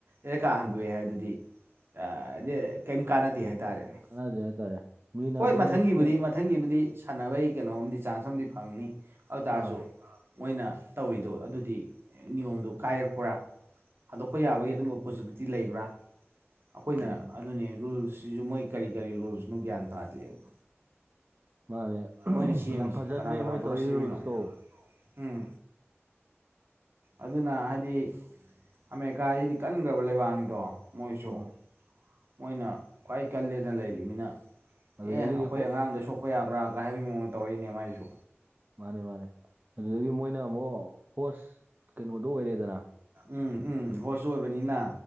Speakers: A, on the right; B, on the right.
A: ꯔꯦꯠ ꯀꯥꯔ ꯍꯟꯗꯣꯛꯑꯦ ꯍꯥꯏꯗꯨꯗꯤ꯫ ꯑ ꯀꯩꯝ ꯀꯥꯟꯅꯗꯦ ꯍꯥꯏꯇꯥꯔꯦꯅꯦ꯫
B: ꯀꯥꯅꯗꯦ ꯍꯥꯏꯇꯥꯔꯦ꯫ ꯃꯤꯅ
A: ꯍꯣꯏ
B: ꯑꯗꯨꯝ
A: ꯃꯊꯪꯒꯤꯕꯨꯗꯤ
B: ꯁꯤꯗ
A: ꯃꯊꯪꯒꯤꯕꯨꯗꯤ ꯁꯥꯟꯅꯕꯩ ꯀꯩꯅꯣꯝꯗꯤ ꯆꯥꯟꯁ ꯑꯝꯗꯤ ꯐꯪꯅꯤ꯫ ꯑꯗꯨ ꯇꯔꯁꯨ
B: ꯑ
A: ꯃꯣꯏꯅ ꯇꯧꯔꯤꯗꯣ ꯑꯗꯨꯗꯤ ꯅꯤꯌꯣꯝꯗꯨ ꯀꯥꯏꯔꯛꯄ꯭ꯔꯥ꯫ ꯊꯥꯗꯣꯛꯄ ꯌꯥꯕꯒꯤ ꯑꯗꯨꯝꯕ ꯄꯣꯁꯤꯕꯤꯂꯤꯇꯤ ꯂꯩꯕ꯭ꯔꯥ꯫ ꯑꯩꯈꯣꯏꯅ
B: ꯎꯝ
A: ꯑꯗꯨꯅꯤ ꯔꯨꯜꯁꯤꯁꯨ ꯃꯣꯏ ꯀꯔꯤ ꯀꯔꯤ ꯔꯨꯜꯁꯅꯣ ꯒ꯭ꯌꯥꯟ ꯇꯥꯗꯦꯕ꯫
B: ꯃꯥꯅꯦ
A: ꯃꯣꯏꯅ ꯁꯦꯝꯃꯤꯁ
B: ꯌꯥꯝ ꯐꯖꯗ꯭ꯔꯦ
A: ꯀꯅꯥ ꯀꯅꯥ
B: ꯃꯣꯏ ꯇꯧꯔꯤ
A: ꯄꯨꯔꯥ ꯁꯦꯝꯃꯤꯅꯣ
B: ꯔꯨꯜꯁꯇꯣ
A: ꯎꯝ ꯑꯗꯨꯅ ꯍꯥꯏꯗꯤ ꯑꯃꯦꯔꯤꯀꯥꯁꯤ ꯍꯥꯏꯗꯤ ꯀꯟꯈ꯭ꯔꯕ ꯂꯩꯕꯥꯛꯅꯤꯗꯣ ꯃꯣꯏꯁꯨ
B: ꯎꯝ
A: ꯃꯣꯏꯅ ꯈ꯭ꯋꯥꯏ ꯀꯜꯂꯦꯅ ꯂꯩꯔꯤꯕꯅꯤꯅ
B: ꯑꯗꯨꯗꯒꯤꯗꯤ
A: ꯑꯦ ꯑꯩꯈꯣꯏ
B: ꯍꯣ
A: ꯑꯉꯥꯡꯗ ꯁꯣꯛꯄ ꯌꯥꯕ꯭ꯔꯥꯒ ꯍꯥꯏꯕꯒꯤꯑꯣꯡꯗ ꯇꯧꯔꯛꯏꯅꯦ ꯃꯥꯏꯁꯨ
B: ꯃꯥꯅꯦ ꯃꯥꯅꯦ ꯑꯗꯨꯗꯒꯤ ꯃꯣꯏꯅ ꯑꯃꯨꯛ ꯍꯣꯁ ꯀꯩꯅꯣꯗꯣ ꯑꯣꯏꯔꯦꯗꯅ
A: ꯎꯝ ꯎꯝ ꯍꯣꯁꯁꯨ ꯑꯣꯏꯕꯅꯤꯅ